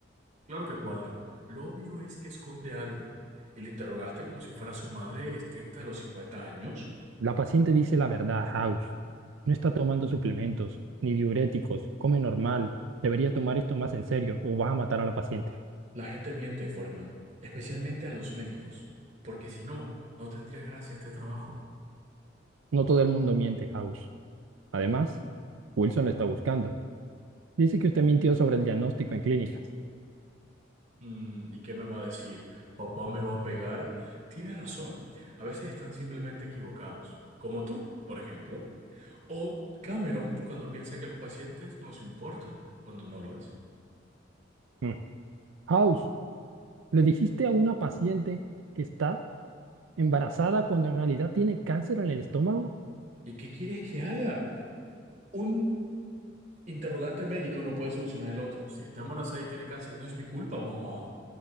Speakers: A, on the right (about 40°); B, on the right (about 90°).
A: Claro que cuadra. Lo obvio es que esconde algo. ¿Y le interrogaste como si fuera su madre estricta a los 50 años?
B: La paciente dice la verdad a House. No está tomando suplementos, ni diuréticos, come normal. Debería tomar esto más en serio o vas a matar a la paciente.
A: La gente miente, Foreman, especialmente a los médicos, porque si no, no tendría gracia este trabajo.
B: No todo el mundo miente, House. Además, Wilson lo está buscando. Dice que usted mintió sobre el diagnóstico en clínicas.
A: Mm, ¿y qué me va a decir? ¿Papá me va a pegar? Tienes razón, a veces están simplemente equivocados, como tú, por ejemplo, o Cameron cuando piensa que los pacientes nos importan, cuando no lo es.
B: Mm. House, le dijiste a una paciente que está embarazada cuando en realidad tiene cáncer en el estómago.
A: ¿Y qué quieres que haga? Un interrogante médico no puede solucionar el otro. Si está embarazada y tiene cáncer, no es mi culpa, mamá.